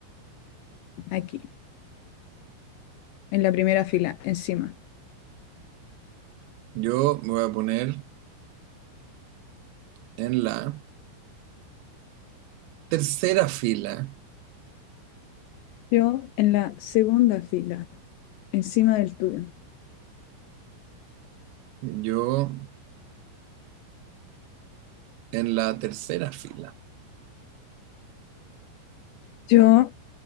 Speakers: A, on the left; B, on the right.
A: aquí, en la primera fila, encima.
B: Yo me voy a poner en la tercera fila.
A: Yo en la segunda fila, encima del tuyo.
B: Yo en la tercera fila.
A: Yo